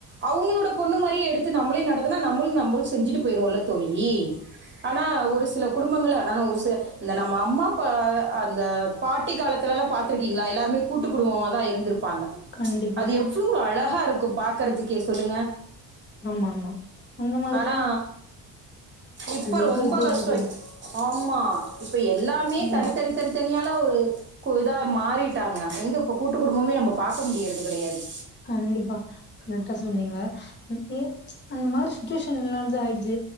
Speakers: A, on the right (about 30°); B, on the left (about 30°).
A: அவங்களோட பொண்ணு மாரியே எடுத்து நம்லையு நடத்துனா நம்மளு நம்ம செஞ்ஜிட்டு போயிருவோல்ல தோழி ஆனா ஒரு சில குடும்பங்க ஆனா ஒரு சில இந்த நம்ம அம்மா அப்பா அந்த ஃபாட்டி காலத்லலா பாத்ருக்கீங்களா எல்லாருமே கூட்டு குடும்பமா தா இருந்திரு ப்பாங்க
B: கண்டிப்பா
A: அது எவ்ளோ அழகா இருக்கு பாக்றதுக்கே சொல்லுங்க
B: ஆமா ஆமா அந்த மாதிரி
A: ஆனா இப்ப
B: இருக்கறதே
A: ரொம்ப கஷ்டோ
B: இல்ல தோழி
A: இ ஆமா இப்ப எல்லாமே
B: ம்
A: தனித்தனி தனித்தனி தனியால ஒரு இதா மாறிட்டாங்க எங்க இப்ப கூட்டு குடும்பமே நம்ம பாக்க முடியர்றது கெடையாது
B: கண்டிப்பா கரெக்டா சொன்னீங்க ஏ அந்த மாதிரி சுச்சுவேஷன் எல்லாத ஆயிடுச்சு